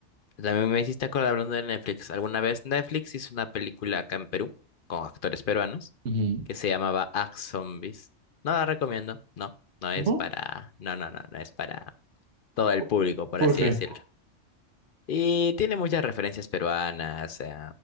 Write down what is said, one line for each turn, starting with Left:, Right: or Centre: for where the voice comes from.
Left: También me hiciste acordar hablando de Netflix. ¿Alguna vez Netflix hizo una película acá en Perú con actores peruanos
Right: Ujú.
Left: que se llamaba Ax Zombies? No la recomiendo, no, no es
Right: ¿No?
Left: para, no, no, no, no es para todo el
Right: ¿Por
Left: público, por
Right: por
Left: así
Right: qué?
Left: decirlo. Y tiene muchas referencias peruanas, eh,